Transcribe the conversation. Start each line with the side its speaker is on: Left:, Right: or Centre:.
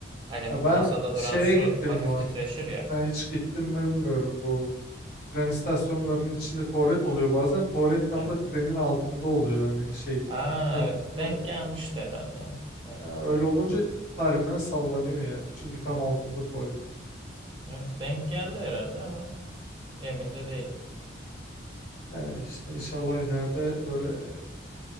Right: Hani masada
Left: Ya ben şeye
Right: duran su
Left: gittim
Right: hafif
Left: var.
Right: titreşir ya.
Left: Sen hiç gittin mi bilmiyorum bu. Tren istasyonlarının içinde tuvalet oluyor bazen. Tuvalet tam
Right: Evet.
Left: da trenin altında oluyor yani şey.
Right: Aa
Left: Sen,
Right: evet denk
Left: e,
Right: gelmişti herhalde. Evet.
Left: ya öyle olunca harbiden sallanıyor yani. Çünkü tam
Right: evet.
Left: altında tuvalet.
Right: Evet, denk geldi herhalde ama emin de değilim.
Left: Yani işte inşallah ileride böyle